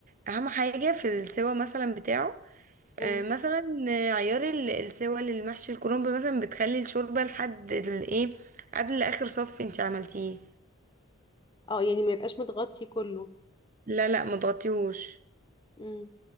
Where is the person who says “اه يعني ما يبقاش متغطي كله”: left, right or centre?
Left